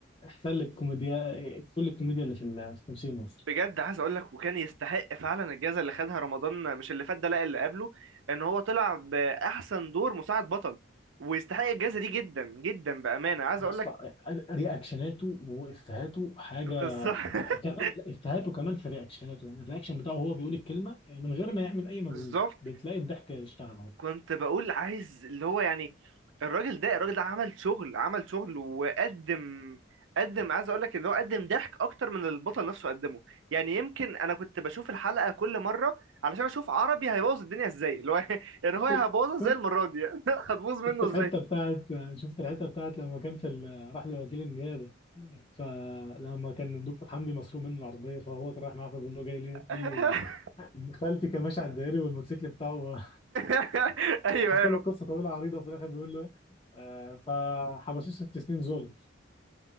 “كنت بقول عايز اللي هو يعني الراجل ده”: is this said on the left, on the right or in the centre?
Right